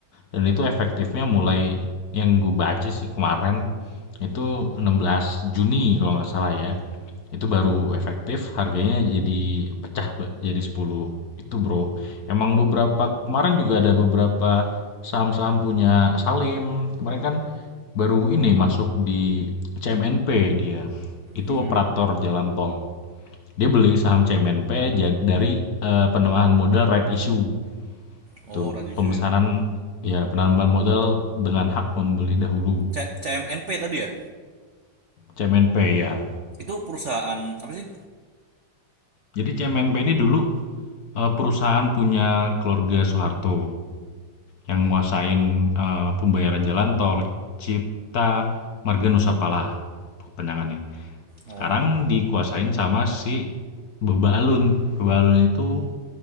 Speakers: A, on the left (about 55°); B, on the right (about 55°).
A: dan itu efektifnya mulai yang gue baca sih kemarin, itu 16 Juni kalau nggak salah ya. Itu baru efektif, harganya jadi pecah jadi 10 itu Bro. Emang beberapa kemarin juga ada beberapa saham-saham punya Salim, kemarin kan baru ini masuk di CMNP dia, itu
B: Mm-mm.
A: operator jalan tol. Dia beli saham CMNP ja- dari eh, penambahan modal right issue.
B: Oh
A: Tuh,
B: ratio
A: pemesanan
B: ya.
A: ya penambahan modal dengan hak membeli dahulu.
B: C- CMNP tadi ya?
A: CMNP ya.
B: Itu perusahaan apa sih?
A: Jadi CMNP ini dulu eh, perusahaan punya keluarga Soeharto yang nguasain eh, pembayaran jalan tol Cipta Marga Nusa Pala penangannya.
B: Oh
A: Sekarang dikuasain sama si Beba Alun. Beba Alun itu